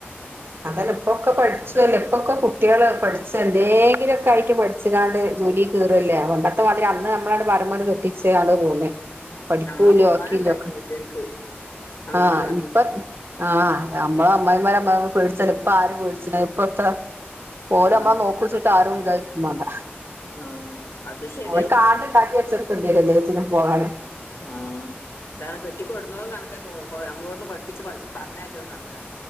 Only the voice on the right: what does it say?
അതല്ല ഇപ്പൊക്കെ പഠിച്ചുല്ല ഇപ്പൊക്കെ കുട്ടേള് പഠിച്ചു എന്തെങ്കിലുക്കെ ആയിട്ട് പഠ ച്ച്കാണ്ട് ജോലി കേറല്ലേ. പണ്ടത്തെ മാതിരി അന്ന് നമ്മളട് പറിമ്പല് കെട്ടിച് ആണ്ട് പോന്ന്.
പഠിപ്പൂലോ
ആക്കിലോ
ഒക്കെ
ആഹ്
ഇപ്പ ആഹ് ഞമ്മള അമ്മായിമാര ഞമ്മ പേടിച്ച ഇപ്പ ആര് പേടിച്ണ് ഇപ്പത്ത. ഓരമ്മ
നോകുച്ചിട്ട് ആരും ഇതായിരിക്കും മാണ്ട
ഓൽക് ആണ്ട്ണ്ടാക്കി വെച്ചർക്കണ്ടിരും എല്ലാത്തിനും പോകാന്.